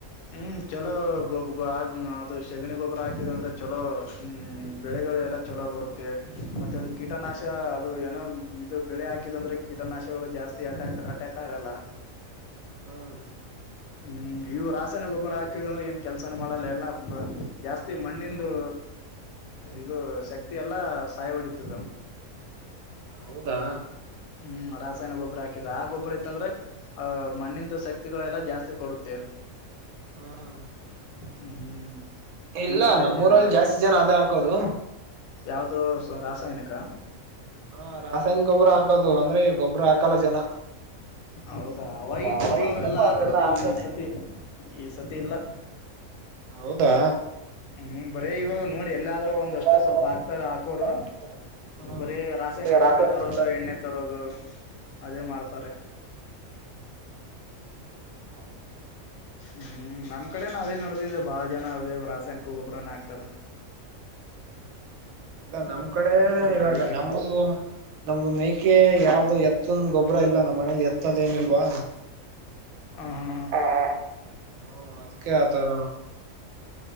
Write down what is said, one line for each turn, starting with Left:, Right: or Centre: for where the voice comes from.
Left: ಹ್ಮ್ ಚಲೋ ಗೊಬ್ ಆ ಅದು ಶೆಗಣಿ ಗೊಬ್ಬರ ಹಾಕಿದ ಅಂದ್ರೆ ಚಲೋ ಹ್ಮ ಬೆಳೆಗಳ್ ಎಲ್ಲಾ ಚಲೋ ಬರುತ್ತೆ ಮತ್ತೆ ಅದ್ ಕೀಟನಾಶ ಅದು ಏನೋ ಇದು ಬೆಳೆ ಹಾಕಿದ ಅಂದ್ರೆ ಕೀಟನಾಶಗಳು ಜಾಸ್ತಿ ಅಟ್ಯಾಕ್ ಅಟ್ಯಾಕ್ ಆಗಲ್ಲ
Right: ಹ್ಮ್
Left: ಹ್ಮ್ ಇವು ರಾಸಾಯನ ಗೊಬ್ಬರ
Right: ಹೌದಾ
Left: ಹಾಕಿದ ಅಂದ್ರೆ ಏನ್ ಕೆಲಸನೇ ಮಾಡಲ್ಲ ಎಲ್ಲಾ ಜಾಸ್ತಿ ಮಣ್ಣಿಂದು...
Right: ಹಾ
Left: ಇದು ಶಕ್ತಿ ಎಲ್ಲಾ ಸಾಯ ಹೊಡಿತದ
Right: ಹೌದಾ
Left: ಹ್ಮ್ ರಾಸಾಯನ ಗೊಬ್ಬರ ಹಾಕಿದ್ರೆ ಆ ಗೊಬ್ಬರ ಇತ್ತಂದ್ರೆ ಆ ಮಣ್ಣಿಂದು ಶಕ್ತಿಗಳೆಲ್ಲ ಜಾಸ್ತಿ ಕೊಡುತ್ತೆ.
Right: ಹಾ ಹಾ
Left: ಹ್ಮ್
Right: ಇಲ್ಲ
Left: ಈ ತರ
Right: ನಮ್ಮೂರಲ್ಲಿ
Left: ಇದೆ ಎಲ್ಲ
Right: ಜಾಸ್ತಿ ಜನ ಅದೆ ಹಾಕೋದು
Left: ಯಾವುದೋ ರಾಸಾಯನಿಕ
Right: ಹಾ ರಾಸಾಯನಿ ಗೊಬ್ಬರ ಹಾಕೋದು ಅಂದ್ರೆ ಗೊಬ್ಬರ ಹಾಕಲ್ಲ ಜನ
Left: ಹೌದಾ ಅವಗಿತ್ತಪ್ಪ
Right: ಅವಾಗಿತ್ತಪ್ಪ
Left: ಅವೆಲ್ಲೂ ಹಾಕೋದು
Right: ಅವೆಲ್ಲಾ ಹಾಕದ
Left: ಈ ಸತಿ ಈ ಸತಿ ಇಲ್ಲ
Right: ಹೌದಾ
Left: ಹ್ಮ್ ಬರೀ ಇವಾಗ ನೋಡಿ ಎಲ್ಲಾದ್ರೂ ಒಂದಷ್ಟು
Right: ಎಲ್ಲಾದ್ರೂ
Left: ಸ್ವಲ್ಪ
Right: ಒಂದಷ್ಟು
Left: ಹಾಕ್ತಾರೆ
Right: ಸ್ವಲ್ಪ
Left: ಹಾಕೋರು
Right: ಹಾಕೋರು
Left: ಬರೀ ರಾಸಾಯನಿ
Right: ಹಾ
Left: ಗೊಬ್ಬರ
Right: ರಾಸಾಯನಿಕ
Left: ತರೋದು
Right: ತಂದು
Left: ಎಣ್ಣೆ ತರೋದು ಅದೇ ಮಾಡ್ತಾರೆ.
Right: ಹ <inaudible>
Left: ಹ್ಮ್ ನಮ್ ಕಡೆನ ಅದೇ ನಡೆದಿದೆ ಬಾಳ ಜನ ಅವದೇಬ್ ರಾಸಾಯನಿಕ ಒಬಬರ್ನ ಆಗ್ತಾರ
Right: ಹ್ಮ ಇಲ್ಲ ನಮ್ ಕಡೆ ಇವಾಗ
Left: ಅದಕ್ಕೆ
Right: ನಮ್ದು ನಮ್ದ ಮೇಕೆ ಯಾವ್ದು ಎತ್ತನ್ ಗೊಬ್ಬರ ಇಲ್ಲ ನಮ್ಮ್ ಮನೇಲಿ ಎತ್ತದ ಏನಿಲ್ವಾ
Left: ಹಾ ಹಾ ಹಾ
Right: ಹ ಹ ಹ ಹ್ಮ ಅದಕ್ಕೆ ಆತರ